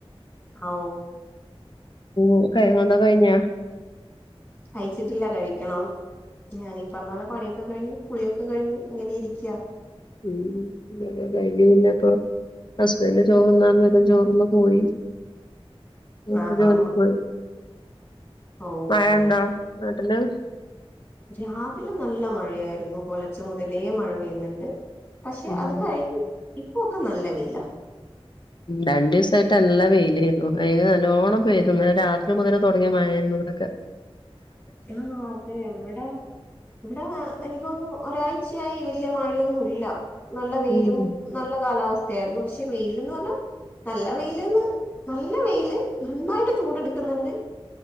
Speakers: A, on the left; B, on the left.
A: ഓ
B: ഒ <unintelligible> കയിഞ്ഞാ
A: കഴിച്ചിട്ടില്ല കഴിക്കണം ഞാനീ പറഞ്ഞ പോലെ പണി യൊക്കെ കഴിഞ് പുളിയൊക്കെഴിഞ് ഇങ്ങനെ ഇരിക്കുക
B: ഉം ഇന്നലെ ലൈനിയിൽ നിന്നെപ്പോൊ ഹസ്ബൻഡ ചോർഉണ്ണാൻ വരും ചോർതിന്നു പോയി മൂപ്പര്
A: ആഹാ
B: ജോലിക്ക് പോയി
A: ഓ
B: മഴ
A: അങ്ങനെ
B: ഉണ്ടോ നാട്ടില്
A: രാവിലെ നല്ല മഴയായിരുന്നു പുലർ ച്ച മുതലേ മഴ പെയ്യുന്നുണ്ട് പക്ഷെ
B: ഉം
A: അത് കഴിഞ്ഞി- ഇപ്പൊക്കെ നല്ല വെയിലാ
B: രണ്ട് ദിവസായിട്ട് നല്ല വെയിലായിര്ന്ന് വെയില് നല്ലോണ്ണം പെയ്തു ഇന്നലെ രാത്രി മുതലേ തുടങ്ങിയ മഴായിരുന്നു ഇവിടൊക്കെ
A: ആ അതെ ഇവിടെ ഇവിടെ എനിക്ക് തോന്നുന്നു ഒരാഴ്ച തീർച്ചയായി വലിയ മഴയൊന്നുമ ഇല്ല നല്ല വെയിലും
B: ഉം
A: നല്ല കാലാവസ്ഥയായിരുന്നു പക്ഷെ വെയില്ന്ന് പറഞ്ഞാ നല്ലവെയില് നന്നായിട്ട് ചൂടെടുക്കുന്നുണ്ട്